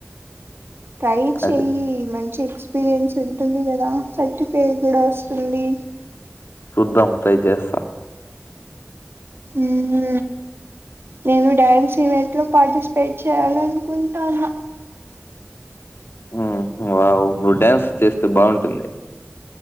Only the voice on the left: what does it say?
అది
చూద్దాం ట్రై చేస్త
ఆ వావ్ నువ్వు డ్యాన్స్ చేస్తే బాగుంటుంది